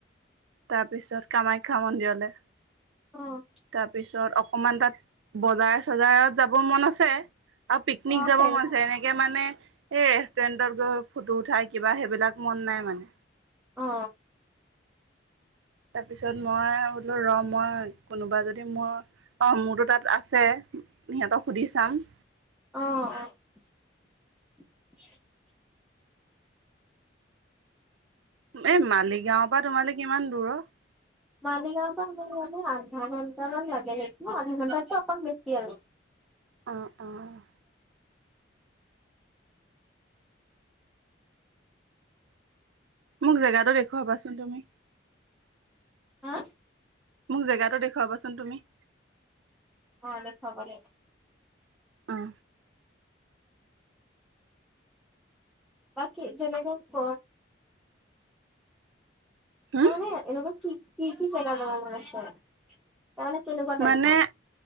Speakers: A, on the right; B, in the centre.
A: তাৰপিছত কামাখ্যা মন্দিৰলৈ।
B: অ অ
A: তাৰপিছত অকমান তাত বজাৰ চজাৰত যাব মন আছে। আৰু পিকনিক
B: অ
A: যাব
B: চেন
A: মনছে এনেকে মানে, সেই ৰেষ্টুৰেণ্টত গৈ ফটো উঠা কিবা সেইবিলাক মন নাই মানে।
B: অ
A: তাৰ পিছত মই বোলো ৰ মই কোনোবা যদি মোৰ অ', মোৰতো তাত আছে সিহঁতক সুধি চাম।
B: অ', অ'।
A: এ মালিগাঁও পৰা তোমালে কিমান দূৰ অ?
B: মালিগাঁও <unintelligible> মানে আধা ঘন্টামান লাগে সেইটো আধা ঘণ্টাতকে অকমান বেছি আৰু।
A: অ' অ'। মোক জেগাটো দেখুৱাবাচোন তুমি।
B: হা।
A: মোক জেগাটো দেখুৱাবাচোন তুমি?
B: অ', দেখাব লা
A: উহ।
B: বাকী জেনেকে ক'।
A: হম
B: তাৰ মানে এনেকোৱা কি-কি-কি জেগা যাব মান আছে? তাৰমানে কেনেকুৱা টাইপৰ
A: মানে,